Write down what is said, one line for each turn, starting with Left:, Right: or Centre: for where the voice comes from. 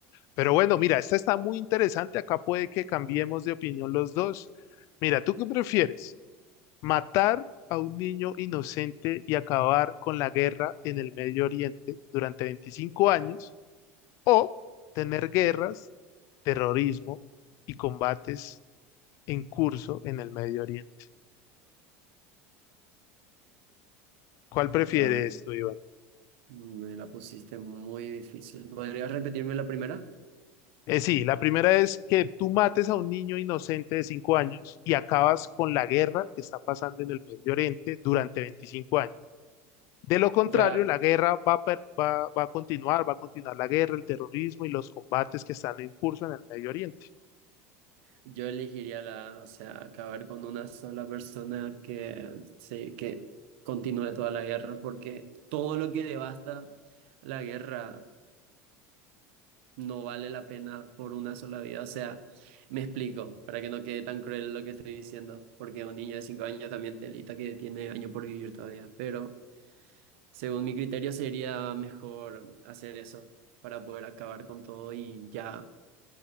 Left: Pero bueno, mira, esta está muy interesante. Acá puede que cambiemos de opinión los dos. Mira, ¿tú qué prefieres? Matar a un niño inocente y acabar con la guerra en el Medio Oriente durante 25 años o tener guerras, terrorismo y combates en curso en el Medio Oriente. ¿Cuál prefieres
Right: Acá me,
Left: tú, Iván?
Right: me la pusiste muy difícil. ¿Podrías repetirme la primera?
Left: Eh, sí, la primera es que tú mates a un niño inocente de 5 años y acabas con la guerra que está pasando en el Medio Oriente durante 25 años. De lo contrario,
Right: Ya.
Left: la guerra va a, per- va, va a continuar, va a continuar la guerra, el terrorismo y los combates que están en curso en el Medio Oriente.
Right: Yo elegiría la, o sea, acabar con una sola persona que, se- que continúe toda la guerra, porque todo lo que devasta la guerra no vale la pena por una sola vida. O sea, me explico, para que no quede tan cruel lo que estoy diciendo, porque un niño de 5 años también telita que tiene años por vivir todavía, pero según mi criterio sería mejor hacer eso para poder acabar con todo y ya